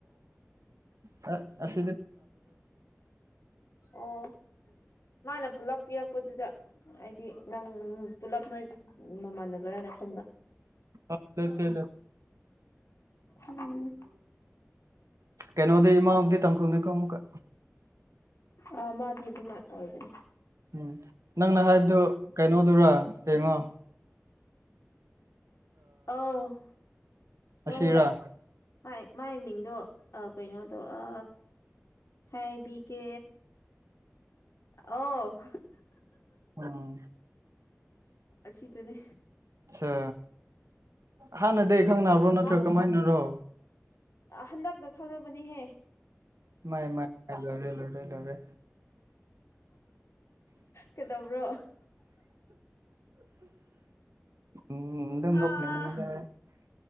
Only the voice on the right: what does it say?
ꯑ ꯑ
ꯑꯁ ꯆꯦ
ꯀꯩꯅꯩꯅꯣꯗꯤ ꯏꯃꯗꯤ ꯇꯥꯡꯈꯣꯟꯅꯤ ꯀꯃ ꯀ
ꯎꯝ ꯅꯪꯅ ꯍꯥꯏꯕꯗꯨ ꯀꯩꯅꯣꯗꯨꯔ ꯌꯦꯡꯉꯣ
ꯑꯁꯤ
ꯏꯔꯥ
ꯎꯝ
ꯑꯆꯥ ꯍꯥꯟꯅꯗꯒꯤ ꯑꯩ ꯈꯪꯅꯅꯕ꯭ꯔꯣ ꯅꯠꯇ꯭ꯔꯣ
ꯀꯃꯥꯏꯅꯔꯣ
ꯃꯥꯏꯥꯏ ꯂꯦ ꯂꯦ ꯂꯔꯦ
ꯎꯝ ꯑꯗꯨꯝꯖꯣꯛꯅꯦꯅꯗ